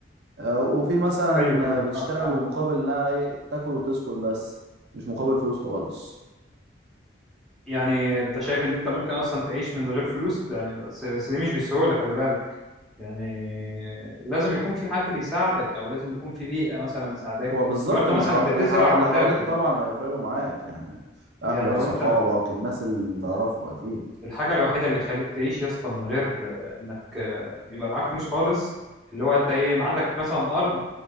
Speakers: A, on the right; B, in the centre.
A: آه، وفي مثلا
B: ايوه ايوه
A: آه، بتشتغل
B: فاهم
A: مقابل انها ايه تاكل وتسكن بس مش مقابل فلوس خالص
B: يعني انت شايف ان انت ممكن اصلا تعيش من غير فلوس يعني بس, بس دي مش بالسهوله خلي بالك يعني لازم يكون في حد بيساعدك او لازم يكون في بيئه مثلا بتساعدك
A: هو بالظبط
B: لو انت
A: اللي
B: مثلا
A: حو... اللي,
B: بتزرع
A: حو... اللي
B: وتاكل
A: حواليك طبعا هيفرقوا معاك يعني اهلك
B: يعني لو
A: صحابك
B: انت
A: الناس اللي تعرفها اكيد
B: الحاجة الوحيدة اللي خليك تعيش يا اسطى من غير آه، انك آه، يبقى معاك فلوس خالص اللي هو انت ايه ما عندك مثلا ارض